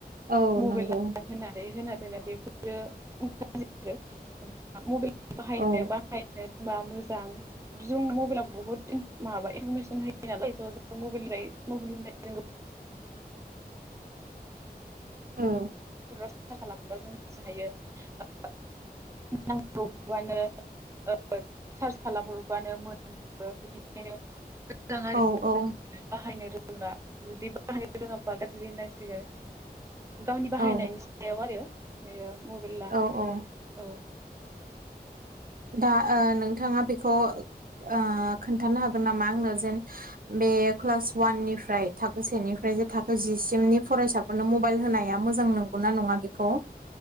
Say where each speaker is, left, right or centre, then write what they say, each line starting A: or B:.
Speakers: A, on the right; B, on the right.
A: औ
B: मबेल
A: नंगौ
B: <unintelligible> होननानै होना दोनो बेफोरो <unintelligible> मबाइल बाहायनो
A: औ
B: बाहायनो रोंबा मोजां। जोंनो मबाइला बहुत इम माबा इनफरमेसन होयो नालाय थ जों मबेलनिफाय मबिलनिफाय जों गो
A: औ
B: <unintelligible> खालामबाजों मिथि हायो ओ <unintelligible> <unintelligible> बानो ओ सार्च खालामहरबानो मोनजोबो बिनिखायनो <unintelligible> जां आरो
A: औ औ
B: बाहायनो रों फोरा जुदि बाहायनो रोङाबा गाज्रि होनांसिगो गावनि बाहायनायनि
A: औ
B: सायाव आरो बेयो मबेला
A: औ औ
B: औ
A: दा ओ नोंथाङा बेखौ ओ खोन्थानो हागोन नामा आंनो जेन बे क्लास वाननिफ्राय थाखो सेनिफ्राय जे थाखो जिसिमनि फरायसा फोरनो मबाइल होनाया मोजां नंगौना नङा बेखौ